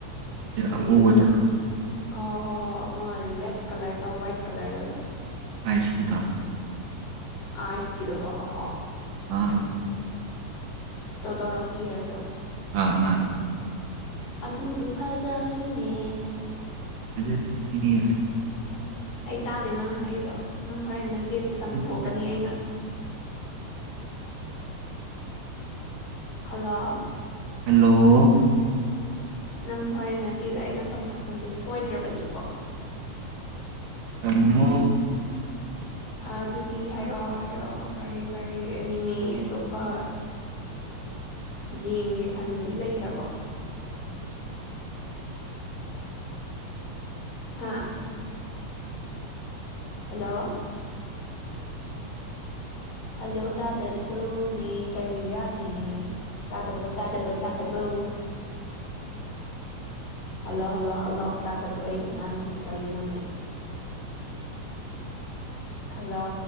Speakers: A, on the left (about 60°); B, on the right (about 80°).
A: ꯍꯥꯏꯗꯤ
B: ꯑꯉꯧꯕꯗꯣ
A: ꯑꯃꯅ ꯍꯣꯏ ꯍꯣꯏ ꯑꯃ ꯔꯦꯠ ꯀꯂꯔꯒ ꯋꯥꯏꯠ ꯀꯂꯔꯒꯗꯣ
B: ꯑꯥꯏꯁ ꯀꯤꯗꯣ
A: ꯑꯥꯢꯁ ꯀꯤꯗꯣ ꯍꯣ ꯍꯣꯏ ꯍꯣꯏ
B: ꯑ
A: ꯇꯣ ꯗꯣꯔꯛꯀꯤ ꯍꯥꯏꯕꯗꯣ
B: ꯑꯥ ꯑꯥ
A: ꯑꯗꯨꯗꯣ ꯐꯖꯕꯅꯤꯅꯦ
B: ꯃꯖꯠ ꯑꯦꯗꯤꯌꯥ
A: ꯑꯩ ꯇꯥꯗꯦ ꯅꯪ ꯍꯩꯗꯣ ꯅꯪ ꯍꯣꯔꯦꯟ ꯅꯆꯦꯗ ꯇꯝꯊꯣꯛꯀꯅꯤ
B: ꯍꯦꯜꯂꯦ
A: ꯑꯩꯅ ꯍꯂ
B: ꯍꯂꯣ
A: ꯅꯪ ꯍꯣꯔꯦꯟ ꯅꯇꯦꯗ ꯑꯩꯅ ꯇꯝꯊꯣꯛꯄꯁꯦ ꯁꯣꯏꯗ꯭ꯔꯕꯅꯤꯀꯣ
B: ꯇꯃꯣ
A: ꯑꯗꯨꯗꯤ ꯍꯥꯏꯔꯛꯑꯣ ꯍꯥꯏꯔꯛꯑꯣ ꯀꯔꯤ ꯀꯔꯤ ꯑꯦꯅꯤꯃꯤ ꯑꯇꯣꯞꯄ ꯌꯦꯡꯒꯦ ꯈꯟꯕꯗꯤ ꯂꯩꯇ꯭ꯔꯕꯣ ꯍꯥꯥ ꯍꯜꯂꯣ ꯍꯜꯂꯣ ꯇꯥꯗꯠꯕ꯭ꯔꯣꯅꯦ ꯀꯔꯤꯔꯥꯅꯦ ꯇꯥꯗꯕ꯭ꯔꯣ ꯇꯥꯗꯕ꯭ꯔꯥ ꯇꯥꯗꯕ꯭ꯔꯣ ꯍꯜꯂꯣ ꯍꯜꯂꯣ ꯍꯜꯂꯣ ꯇꯥꯗꯄ ꯑꯩꯅ ꯉꯥꯡꯉꯁꯤꯦ ꯀꯔꯤꯅꯣꯅꯦ ꯍꯜꯂ